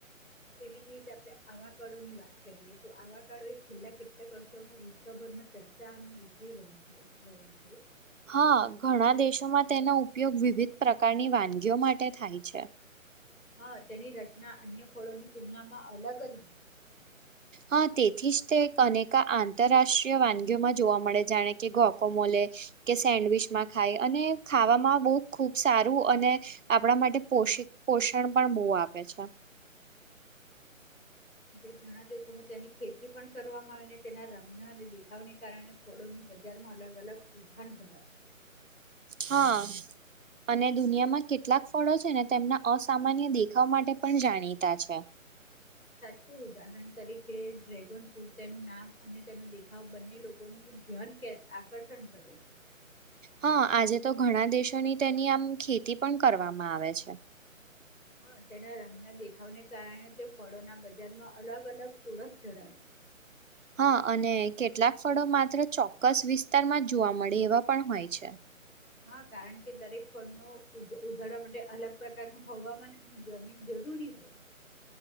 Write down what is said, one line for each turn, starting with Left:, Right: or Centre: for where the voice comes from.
Left: એવી જ રીતે આપણે આવાકાળો ની વાત કરીએ તો આવાકાળો એ છેલ્લા કેટલાક વર્ષોમાં વિશ્વભરમાં ચર્ચાનો વિષય રહ રહ્યો છે
Right: હા ઘણા દેશોમાં તેનો ઉપયોગ વિવિધ પ્રકારની વાનગીઓ માટે થાય છે
Left: હા તેની રચના અન્ય ફળોની તુલનામાં અલગ જ હોય
Right: હા તેથી જ તે અનેકા આંતરરાષ્ટ્રીય વાનગીઓમાં જોવા મળે જાણે કે ગોકોમોલે કે સેન્ડવીચમાં ખાય અને ખાવામાં બહુ ખૂબ સારું અને આપણા માટે પોષ પોષણ પણ બહુ આપે છે
Left: એટ ઘણા દિવસોમાં તેની ખેતી પણ કરવામાં આવે અને તેના રમના અને દેખાવને કારણે ફળોની બજારમાં અલગ અલગ ઓરખાણ ધરાવે
Right: હા અને દુનિયામાં કેટલાક ફળો છે ને તેમના અસામાન્ય દેખાવ માટે પણ જાણીતા છે
Left: સાચું ઉદાહરણ તરીકે ડ્રેગન ફ્રૂટ તેનું નામ અને તેનો દેખાવ બંને લોકોનું ધ્યાન આકર્ષણ કરે છે
Right: હા આજે તો ઘણા દેશોની તેની આમ ખેતી પણ કરવામાં આવે છે
Left: હા તેના રંગના દેખાવને કારણે તે ફળોના બજારમાં અલગ અલગ ઓળખ ધરાવે છે
Right: હા અને કેટલાક ફળો માત્ર ચોક્કસ વિસ્તારમાં જ જોવા મળે એવા પણ હોય છે
Left: હા કારણ કે દરેક ફળનો ઉગાડવા માટે અલગ પ્રકારનું હવામાન જમીન જરૂરી હોય